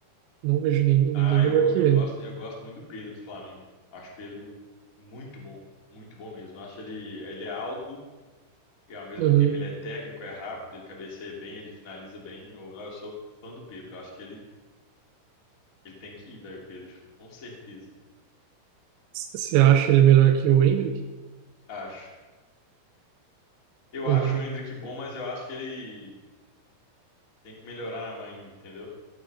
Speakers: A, on the right; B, on the left.
A: Não vejo nem- ninguém
B: Ah,
A: melhor
B: eu,
A: que
B: eu
A: ele.
B: gosto, eu gosto muito do Pedro do Flamengo. Acho o Pedro muito bom, muito bom mesmo. Acho ele, ele é alto e ao mesmo
A: Uhum.
B: tempo ele é técnico, é rápido, ele cabeceia bem, ele finaliza bem. Eu, não, eu sou fã do Pedro. Acho que ele, ele tem que ir, velho, Pedro. Com certeza.
A: Você acha ele melhor que o Hendrick?
B: Acho. Eu
A: Uhum.
B: acho o Endrick bom, mas eu acho que ele tem que melhorar, mãe, entendeu?